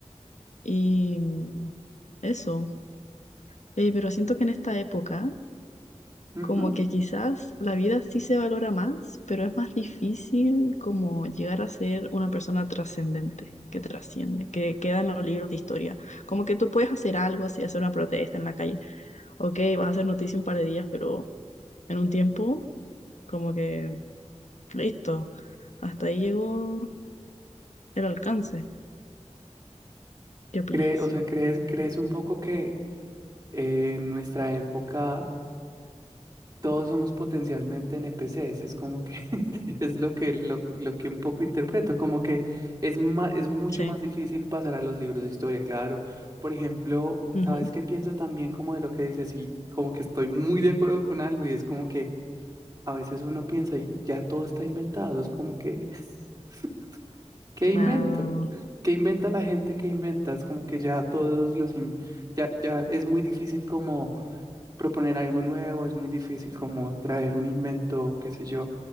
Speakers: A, on the left; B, on the right.
A: y mm, eso. Eh, pero siento que en esta época,
B: Ujú.
A: como que quizás la vida sí se valora más, pero es más difícil como llegar a ser una persona trascendente, que trasciende, que queda en los libros de historia. Como que tú puedes hacer algo así, hacer una protesta en la calle. Ok, vas a hacer noticia un par de días, pero en un tiempo, como que listo, hasta ahí llegó el alcance. ¿Qué opinas?
B: Cree, o sea, ¿crees, crees un poco que eh, en nuestra época Todos somos potencialmente NPCs, es como que <laughs> es lo que, lo, lo que un poco interpreto, como que es, ma- es mucho
A: Sí.
B: más difícil pasar a los libros de historia, claro. Por ejemplo,
A: Ujú.
B: ¿sabes qué pienso también como de lo que dices? Y como que estoy muy de acuerdo con algo y es como que a veces uno piensa y ya todo está inventado, es como que, <laughs> ¿qué invento?
A: Ah,
B: ¿Qué inventa la gente que inventa? Es como que ya todos los, in- ya, ya es muy difícil como proponer algo nuevo, es muy difícil como traer un invento, qué sé yo,